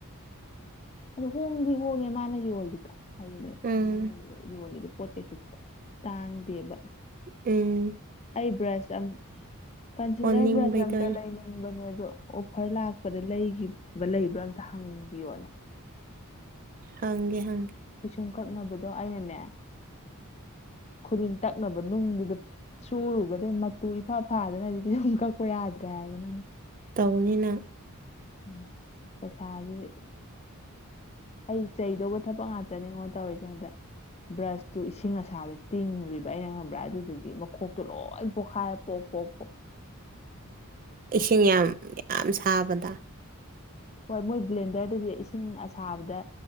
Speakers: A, on the left (about 30°); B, on the right (about 40°).
A: ꯑꯗꯨꯗ ꯍꯣꯡꯉꯗꯤ ꯍꯣꯒꯦ ꯃꯥꯅꯒꯤ ꯍꯣꯜꯗꯤꯗ ꯑꯗꯨꯅ
B: ꯎꯝ
A: ꯅꯪꯅ ꯌꯣꯜꯂꯤꯗ ꯄꯣꯠ ꯆꯩꯩꯁꯨ ꯇꯥꯡꯗꯦꯕ
B: ꯎ
A: ꯑꯩ ꯕ꯭ꯔꯁ ꯀꯟꯁꯤꯂꯔ
B: ꯑꯣꯟꯅꯤꯡꯕꯩ
A: ꯕ꯭ꯔꯁ ꯑꯝꯇ
B: ꯇꯧꯔꯤꯅꯦ
A: ꯂꯩꯅꯤꯡꯕꯅꯦꯕ ꯑꯗꯣ ꯑꯣꯐꯔ ꯂꯥꯛꯄꯗ ꯂꯩꯈꯤꯕ ꯂꯩꯕ꯭ꯔꯥ ꯑꯝꯇ ꯍꯪꯕꯤꯌꯣꯅꯦ
B: ꯍꯦ ꯍ
A: ꯁꯨꯝ ꯀꯛꯅꯕꯗꯣ ꯑꯩꯅꯅꯦ ꯈꯨꯗꯤꯡ ꯇꯛꯅꯕ ꯅꯨꯡꯗꯨꯗ ꯁꯨꯔꯨꯕꯗꯒꯤꯩ ꯃꯇꯨ ꯏꯐꯥ ꯐꯥꯗꯅ ꯑꯗꯨꯗꯤ ꯁꯨꯝ ꯀꯛꯄ ꯌꯥꯗ꯭ꯔꯦ ꯍꯥꯏꯗꯅꯪ
B: ꯀꯅꯤꯅ
A: ꯎꯝ ꯄꯩꯁꯥꯒꯤ ꯑꯩ ꯆꯩꯗꯧꯕ ꯊꯕꯛ ꯉꯥꯛꯇꯅꯦ ꯑꯩꯉꯣꯟ ꯇꯧꯔꯤꯁꯦ ꯍꯟꯗꯛ ꯕ꯭ꯔꯁꯇꯨ ꯏꯁꯤꯡ ꯑꯁꯥꯗ ꯇꯤꯡꯂꯤꯕ ꯑꯩꯅ ꯈꯪꯕ꯭ꯔꯥ ꯑꯗꯨꯗꯨꯗꯒꯤ ꯃꯈꯣꯛꯇꯣ ꯂꯣꯏ ꯄꯣꯈꯥꯏꯔ ꯄꯣꯛ ꯍ ꯐꯣ
B: ꯏꯁꯤꯡ ꯌꯥꯝ ꯌꯥꯝ ꯁꯥꯕꯗ
A: ꯍꯣꯏ ꯃꯣꯏ ꯕ꯭ꯂꯦꯟꯗꯔꯗꯗꯤ ꯏꯁꯤꯡ ꯑꯁꯥꯕꯗ